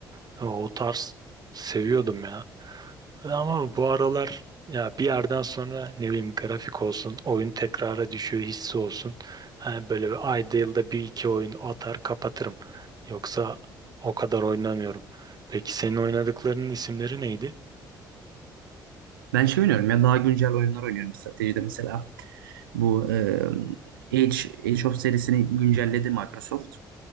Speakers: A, on the right; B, on the right.
A: Ha, O tarz seviyordum ya. Ama bu aralar ya bir yerden sonra ne bileyim grafik olsun, oyun tekrara düşüyor hissi olsun. Ha, böyle bir ayda yılda bir iki oyun atar kapatırım. Yoksa o kadar oynamıyorum. Peki senin oynadıklarının isimleri neydi?
B: Ben şey oynuyorum ya daha güncel oyunlar oynuyorum stratejide mesela. Bu e, Age, Age of serisini güncelledi Microsoft.